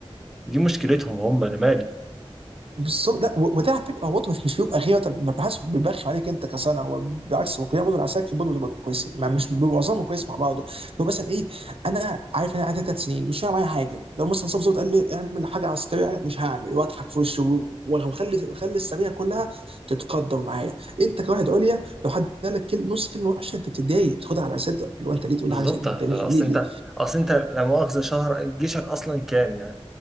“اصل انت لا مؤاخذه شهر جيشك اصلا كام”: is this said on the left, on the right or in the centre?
Centre